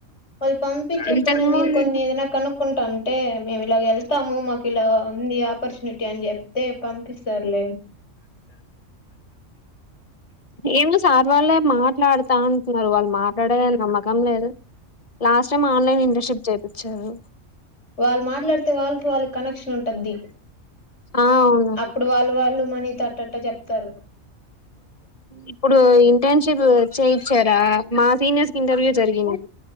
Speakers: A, on the left; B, on the left.
A: వాళ్ళు పంపించకపోయినా
B: ఇంతకు
A: మీరు
B: ముందు
A: కొన్ని ఏదైనా కనుక్కుంటా అంటే మేము ఇలాగ వెళ్తాము మాకు ఇలా ఉంది ఆపర్చునిటీ అని చెప్తే పంపిస్తారులే
B: ఏం లే సార్ వాళ్ళే మాట్లాడతా అంటున్నారు వాళ్ళు మాట్లాడే నమ్మకం లేదు లాస్ట్ టైం ఆన్లైన్ ఇంటర్న్షిప్ చేపిచ్చారు
A: వాళ్ళు మాట్లాడితే వాళ్ళకి వాళ్ళ కనెక్షన్ ఉం టది
B: ఆ అవును
A: అప్పుడు వాళ్ళు వాళ్ళు మనీ త అట్టట్ట చెప్తారు
B: ఇప్పుడు ఇంటర్న్షిప్ చేయిచ్చారా మా సీనియర్స్ కి ఇంటర్వ్యూ జరిగింది